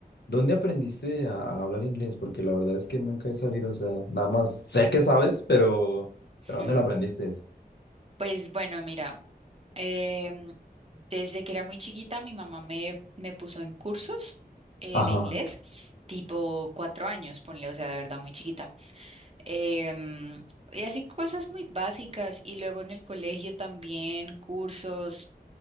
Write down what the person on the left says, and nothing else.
¿Dónde aprendiste a, a hablar inglés? Porque la verdad es que nunca he sabido, o sea, nada más sé que sabes, pero,
pero ¿dónde lo aprendiste?
Ajá.